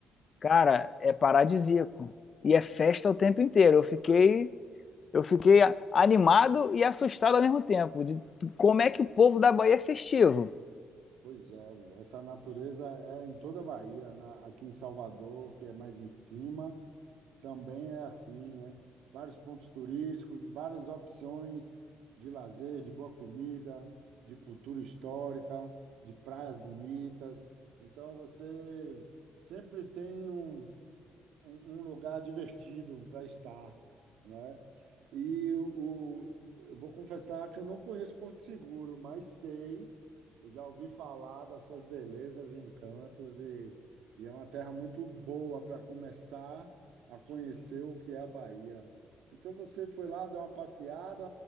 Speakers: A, on the left; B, on the right.
A: Cara, é paradisíaco e é festa o tempo inteiro. Eu fiquei eu fiquei animado e assustado ao mesmo tempo de como é que o povo da Bahia é festivo.
B: Pois é, né? essa natureza é em toda a Bahia, na- aqui em Salvador, que é mais em cima, também é assim, né? Vários pontos turísticos, várias opções de lazer, de boa comida, de cultura histórica, de praias bonitas. Então, você sempre tem um. um um lugar divertido para estar, né? E o, o- eu vou confessar que eu não conheço Porto Seguro, mas sei, eu já ouvi falar das suas belezas e encantos, e, e é uma terra muito boa para começar a conhecer o que é a Bahia. Então você foi lá dar uma passeada,